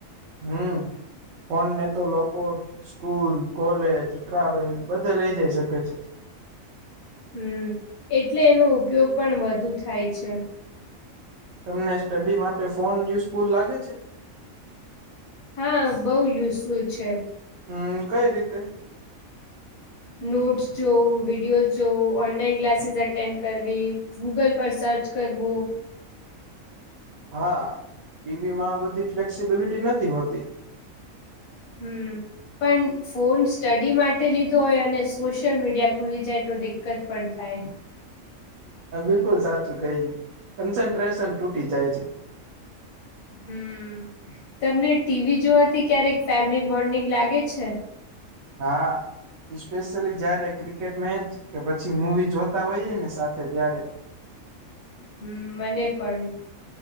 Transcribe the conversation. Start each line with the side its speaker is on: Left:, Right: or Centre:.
Right: હમ કોને તો લોકો સ્કૂલ કોલેજ ટ્રાવેલ બધા લઇ જઈ શકે છે
Left: હમ એટલે એનો ઉપયોગ પણ વધુ થાય છે
Right: તમને સ્ટડી માટે ફોન યુઝફુલ લાગે છે
Left: હા બઉુ યુઝફુલ છે
Right: હમ કઈ રીતે
Left: નોટ્સ જોવું વિડીયો જોવું ઓનલાઈન ક્લાસીસ એટેન્ડ કરવી ગૂગલ પર સર્ચ કરવો
Right: હા ટીવી માં બધી ફ્લેક્સિબિલિટી નથી હોતી
Left: હમ પણ ફોન સ્ટડી માટે લીધો હોય અને સોશિયલ મીડિયા ખુલી જાય તો દિક્કત પણ થાય
Right: હ બિલકુલ સાચું કહીય કન્સન્ટ્રેશન તૂટી જાય છે
Left: હમ તમને ટીવી જોવાથી ક્યારેક ફેમિલી બોન્ડિંગ લાગે છે
Right: હા પેશિયલી જયારે ક્રિકેટ મેચ કે પછી મવી જોતા હોઈએ ને સાથે ત્યારે
Left: હમ મને પણ